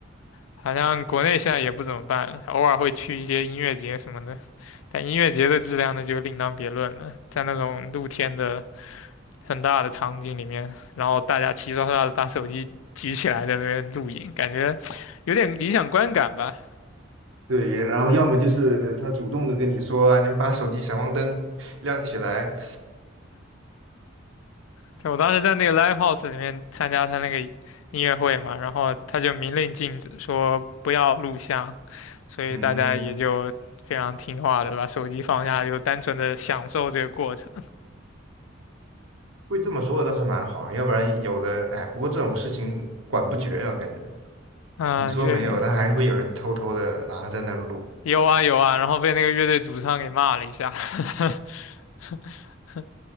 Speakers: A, on the left (about 80°); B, on the right (about 70°).
A: 好像国内现在也不怎么办了，偶尔会去一些音乐节什么的，但音乐节的质量呢就另当别论了，在那种露天的很大的场景里面，然后大家齐刷刷的把手机举起来在那边录影，感觉有点理想观感吧。
B: 对，然后要么就是他主动的跟你说啊，你们把手机闪光灯亮起来，
A: 对，我当时在那个 live house 里面参加他那个音乐会嘛，然后他就明令禁止说不要录像，所以大家也就非常听话的把手机放下，
B: 嗯，
A: 就单纯的享受这个过程。
B: 会这么说的倒是蛮好，要不然有的，哎，不过这种事情管不绝啊，感觉。
A: 啊、
B: 你说没有，
A: 乐也
B: 但还是会有人偷偷的拿在那录，
A: 有啊有啊，然后被那个乐队主唱给骂了一下，<laughs>